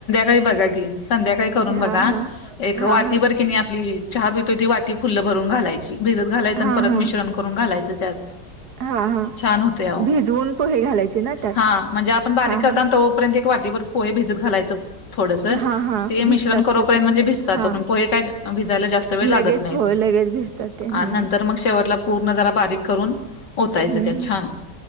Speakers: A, on the left; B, on the right.
A: व्हय बघा की, संध्याकाळी करून
B: हा
A: बघा
B: हा
A: एक वाटीबरं
B: हा हा
A: कि नाही आपली चहा पितोय ती वाटी फुल्ल भरून घालायची. भिजत घालायचं
B: हा
A: आणि परत
B: हा
A: मिश्रण करून घालायचं त्यात
B: हा हा
A: छान होतय आओ.
B: भिजवून पोहे घालायचे ना त्यात
A: हा म्हणजे, आपण बारीक
B: हा
A: करताना
B: हा
A: तोपर्यंत एक वाटीबर पोहे भिजत घालायचं थोडसं
B: हा हा
A: ते मिश्रण
B: भिजतात
A: करोपर्यंत
B: तोपर्यंत
A: म्हणजे भिजतात,
B: हा
A: तोपर्यंत पोहे काय भिजायला जास्त जास्त वेळ
B: लगेच
A: लागत नाहीत
B: होय लगेच भिजतात ते हम्म
A: आणि नंतर मग शेवटला पूर्ण जरा बारीक करून ओतायच
B: हम्म
A: त्यात
B: हम्म.
A: छान